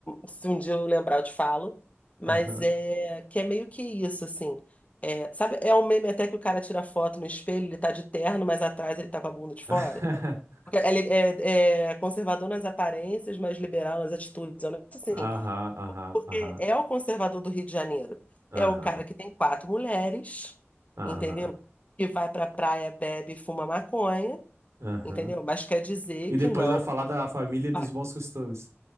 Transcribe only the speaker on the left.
se um dia eu lembrar eu te falo. Mas
é que é meio que isso, assim. É, sabe, é um meme até que o cara tira foto no espelho, ele tá de terno, mas atrás ele tá com a bunda de fora.
Porque É, é- é conservador nas aparências, mas liberal nas atitudes. É um negócio
assim,
porque
é o conservador do Rio de Janeiro.
É o cara que tem quatro mulheres,
entendeu? Que vai pra praia, bebe, e fuma maconha,
entendeu? Mas quer dizer
que
não.
vai-